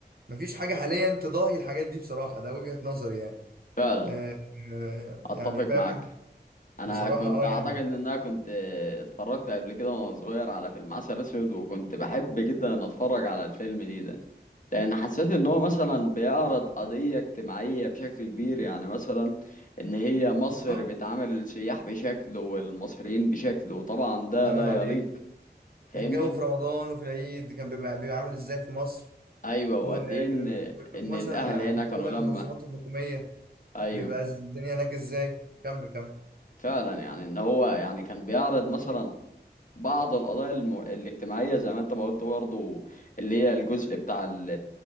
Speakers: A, on the right (about 60°); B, on the left (about 50°).
A: ومفيش حاجه حاليا تضاهي الحاجات دي بصراحه ده وجهه نظري يعني
B: فعلا
A: آه، آه،
B: اتفق
A: يعني فاهم
B: معاك انا
A: بصراحه
B: كنت
A: اه
B: اعتقد
A: يعني
B: ان انا كنت اتفرجت قبل كده وانا صغير على فيلم عسل اسود وكنت بحب جدا ان اتفرج على الفيلم دي ده لان حسيت ان هو مثلا بيعرض قضية اجتماعية بشكل كبير يعني مثلا ان هي مصر
A: بالظبط
B: بتعامل السياح بشكل والمصريين بشكل وطبعا ده
A: الله ينور
B: لا
A: عليك
B: يليق فاهمني
A: والجو في رمضان وفي العيد كان بيبقى بيبقى عامل ازاي في مصر
B: ايوه وقد
A: و-
B: ايه ان
A: وال-
B: ان
A: ومثلا
B: الاهل هنا
A: بتروح
B: كانوا
A: المنظمات
B: لما
A: الحكومية
B: ايوه
A: بيبقى الدنيا هناك ازاي كمل كمل
B: فعلا يعني ان هو يعني كان بيعرض مثلا بعض القضايا الم... الاجتماعية زي ما انت ما قلت برضو اللي هي الجزء بتاع ال...